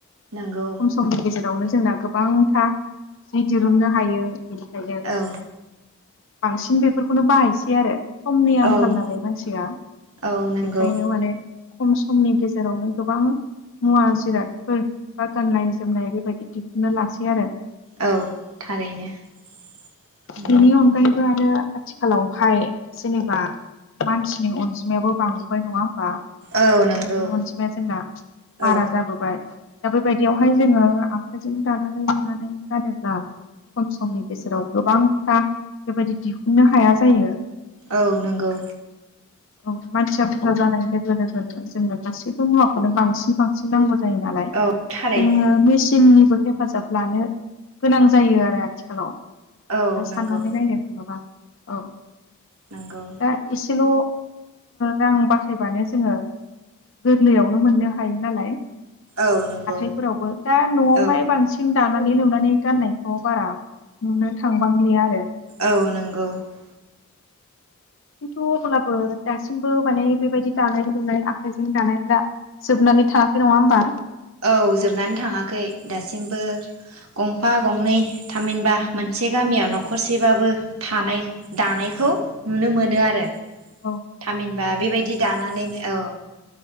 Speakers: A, on the right; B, on the left.
A: नंगौ
B: खम समनि गेजेर बेआवनो जोंना गोबांथा जि दिरुननो हायो। बिनिखायनो
A: औ
B: बांसिन बेफोरखौनो बाहायसै आरो। समनि आंखाल
A: औ
B: नालाय मानसिया
A: औ नंगौ
B: बेखायनो माने खम समनि गेजेरावनो गोबां मुवा जिरादफोर बा गाननाय जोमनाय बेबायदि दिहुनना लासै आरो।
A: औ थारैनो नोंगौ।
B: बेनि अनगायैबो आरो आथिखालावहाय जेनेबा मानसिनि अनजिमायाबो बांबोबाय नङा होमबा?
A: औ नंगौ
B: सुबुं अनजिमाया जोंना बारा
A: औ
B: जाबोबाय। दा बेबायदियावहाय जोङो आखाइजों दानानै लुनानै गानोब्ला खम समनि गेजेराव गोबांथा बेबायदि दिहुननो हाया जायो।
A: औ नंगौ।
B: औ मानसिया बुरजा जानाय लोगो लोगोनो जोङो गासैबो मुवाखौनो बांसिन बां नांगौ जायो नालाय।
A: औ थारैनो
B: जोङो मेसिननि हेफाजाब लानो गोनां जायो आरो आथिखालाव दा
A: औ नंगौ
B: साननानै नायनो थाङोबा औ
A: नंगौ
B: दा इस एसेल रां बाहायबानो जोङो गोरलैयावनो मोननो हायो नालाय
A: औ नंगौ
B: हाथायफोरावबो दा नआवहाय
A: औ
B: बांसिन दां सनानै लुनानै गाननायखौ बारा नुनो थांबांलिया आरो।
A: औ नंगौ ।
B: खिन्थु अब्लाबो दासिमबो माने बेबायदि दानाय लुनाय आखाइजों दानायफ्रा जोबनानै थाङाखै नङा होमबा?
A: औ जोबनानै थाङाखै दासिमबो गंफा गंनै थामहिनबा मोनसे गामियाव नखरसेबाबो थानाय दानायखौ नुनो मोनो आरो
B: औ
A: थामहिनबा बेबायदि दानानैनो औ